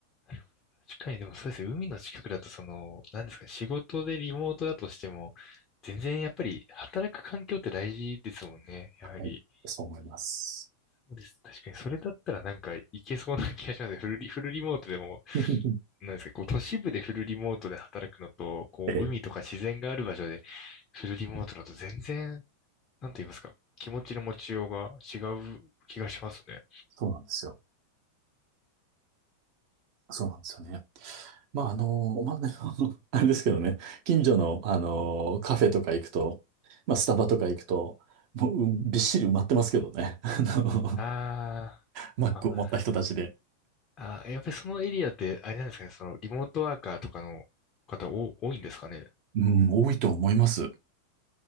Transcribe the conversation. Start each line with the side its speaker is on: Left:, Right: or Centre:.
Left: るほど確かにでもそうですね。海の近くだとその、なんですか、仕事でリモートだとしても、全然やっぱり働く環境って大事ですもんね。やはり。
Right: はい。そう思います。
Left: そうです。確かにそれだったらなんかいけそうな気がしますね。フルリ、フルリモートでも、
Right: <laughs>
Left: なんですか、こう都市部でフルリモートで働くのと、こう海とか自然がある場所で
Right: ええ、
Left: フルリモートだと全然なんて言いますか、気持ちの持ちようが違う気がしますね。
Right: そうなんですよ。そうなんですよね。まあ、あの、まあね、あの <laughs> あれですけどね、近所の、あの、カフェとか行くと、まあ、スタバとか行くと、もう、うんびっしり埋まってますけどね。<laughs> あの、
Left: あ
Right: マックを持った人たちで。
Left: ーあ、あー、やっぱりそのエリアって、あれなんですかね、そのリモートワーカーとかの方お多いんですかね。
Right: うん、多いと思います。